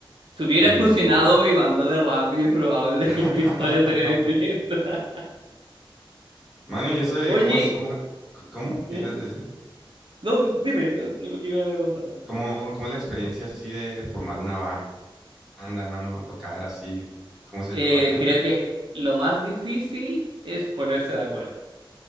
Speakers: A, on the right; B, in the centre.
A: Si hubiera
B: Mm.
A: funcionado mi banda de rap, y es probable,
B: <laughs>
A: <laughs> mi historia sería distinta. <laughs>
B: Mano, y eso de
A: Oye,
B: cómo es, cómo, cómo,
A: ¿Mm?
B: ¿qué ibas a decir?
A: no, dime, ¿qué es lo que iba a contar?
B: ¿Cómo, cómo es la experiencia así de formar una ba- banda, mano, tocar así? ¿Cómo es eso,
A: Eh,
B: bacano?
A: creo que lo más difícil es ponerse de acuerdo.